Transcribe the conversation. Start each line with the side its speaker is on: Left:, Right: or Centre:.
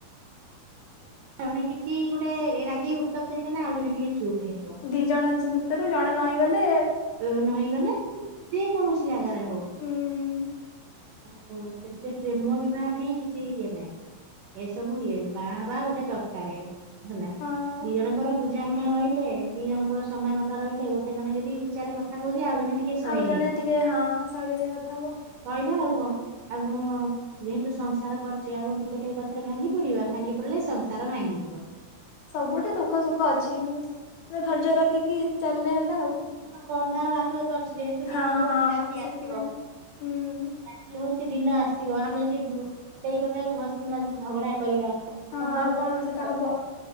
Right: ଜଣେ କିଛି ଗୋଟେ ରାଗି ଉତ୍ତପ୍ତ ହେଇଗଲେ ଆଉ ଜଣେ ଟିକେ ଚୁପ୍ ହେଇଯିବ।
Left: ଦିଜଣ <unintelligible> ଭିତରୁ ଜଣେ ନଈଁଗଲେ
Right: ଏ ନଇଁଗଲେ ଯେ କୌଣସି ଜାଗାରେ ହୋଉ।
Left: ହୁଁ ହୁଁ
Right: ଆଉ ସେଥିରେ ପ୍ରେମ ବିବାହ ଠେଇଁ କିଛି ଇଏ ନାହିଁ। ଏ ସବୁ ଇଏ ବାହାହବା ଗୋଟେ ଦରକାରେ। ହେଲା
Left: ହଁ
Right: ଦି ଜଣଙ୍କର ବୁଝାମଣା ରହିଲେ ଦି ଜଣଙ୍କର ସମାନତା ରହିଲେ ଗୋଟେ ଜଣ ଯଦି ହଜାରେ କଥା କୋହୁଚି ଆଉ ଜଣେ ଟିକେ ସହି
Left: ଆଉ ଜଣେ ଟିକେ ହଁ ଶୈଳୀରେ କଥା ହବ।
Right: କହିଲା ଆଉ କଁ ଆଉ କଣ ଯେହେତୁ ସଂସାର କରିଚେ ଆଉ କଣ ଟିକେ ଟିକେ କ ଥାରେ ଭାଙ୍ଗି ପଡିବା ଭାଙ୍ଗି ପଡିଲେ ସଂସାର ଭାଙ୍ଗିଯିବ।
Left: ସବୁଟା ଦୁଃଖ ସୁଖ ଅଛି ହେଲେ ଧୈର୍ଯ୍ୟ ରଖିକି ଚାଲିଲେ ହେଲା ଆଉ।
Right: କ ଅନ୍ଧାର ଆଲୁଅ ତ ଅଛି ଯେହେତୁ
Left: ହଁ
Right: ଦିନ ହୋଉଛି
Left: ହଁ
Right: ରାତି
Left: ସେଥିପାଇଁ
Right: ଆସିବ।
Left: ହୁଁ
Right: ଇଏ ହୋଉଛି ଦିନ ଆସିବ ଆମେ ଯଦି ସେଇ କଥାକୁ ଘଷି ମାଜି ଝଗଡା କରିବା।
Left: ହଁ
Right: ସମ୍ପର୍କରେ
Left: ଆଉ କଣ
Right: ତିକ୍ତତା
Left: ସେଟା ହବ